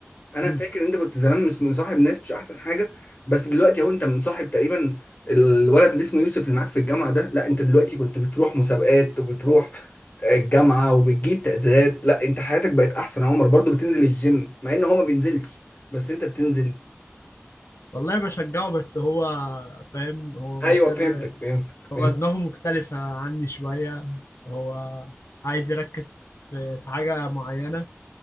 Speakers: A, on the left; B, on the left.
A: انا
B: مم.
A: فاكر إن انت كنت زمان مش مصاحب ناس مش احسن حاجه بس دلوقتي اهو انت مصاحب تقريبا الولد اللي اسمه يوسف اللي معاك في الجامعه ده لا انت دلوقتي كنت بتروح مسابقات وبتروح آه، الجامعه وبتجيب تقديرات لا انت حياتك بقت احسن يا عمر برضو بتنزل الجيم مع ان هو ما بينزلش بس انت بتنزل
B: والله بشجعه بس هو فاهم هو
A: ايوه
B: مصر
A: فهمتك فهمتك
B: هو
A: فهمتك
B: دماغه مختلفة عني شوية هو عايز يركز في في حاجة معينة